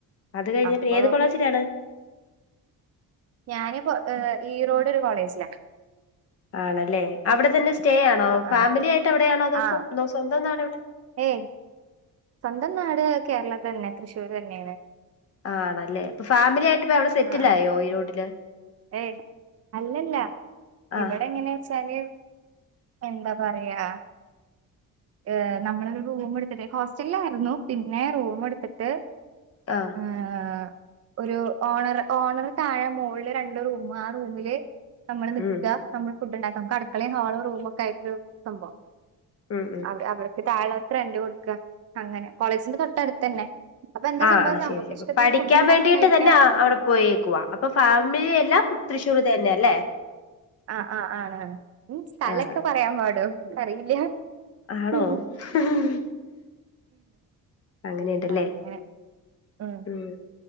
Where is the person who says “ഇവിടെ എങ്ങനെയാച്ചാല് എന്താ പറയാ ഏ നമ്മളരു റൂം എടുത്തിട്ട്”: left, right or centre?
Right